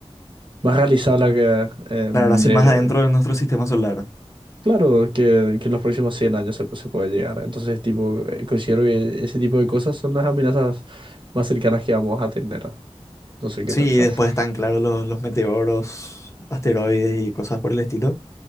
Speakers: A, on the right; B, on the left.
A: más realizable que, eh,
B: Claro,
A: de,
B: así más adentro de nuestro sistema solar.
A: Claro, que, que en los próximos 100 años se, se puede llegar. Entonces, tipo, eh, considero que ese tipo de cosas son las amenazas más cercanas que vamos a tener. No sé qué
B: Sí,
A: pensás.
B: y después están, claro, los, los meteoros, asteroides y cosas por el estilo.